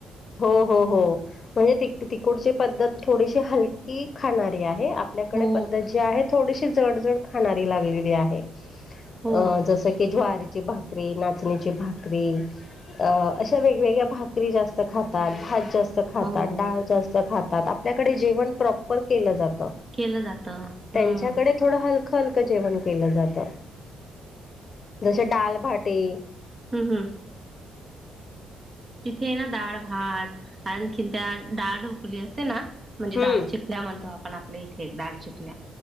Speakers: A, on the left; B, on the right.
A: हो हो हो. म्हणजे त तिकुडची पद्धत थोडीशी हलकी खाणारी आहे. आपल्याकडे
B: हो,
A: पद्धत जी आहे थोडीशी जड जड खाणारी लागलेली आहे.
B: हो,
A: अ जसं क की ज्वारीची भाकरी, नाचणीची भाकरी अ अशा वेगवेगळ्या भाकरी जास्त खातात. भात जास्त खातात.
B: हो.
A: डाळ जास्त खातात. आपल्याकडे जेवण प्रॉपर केल जात.
B: केलं जातं
A: त्यांच्याक
B: हम्म
A: थोडं हलकं हलकं जेवण केलं जात. जसे डालभाटी,
B: हम् हम. तिथे आहे ना डाळ भात आणखीन त्या डाळ ढोकली असते ना म्हणजे
A: हम्म
B: डाळ ल्या म्हणतो आपण आपल्या इथे दडाळ चिकल्या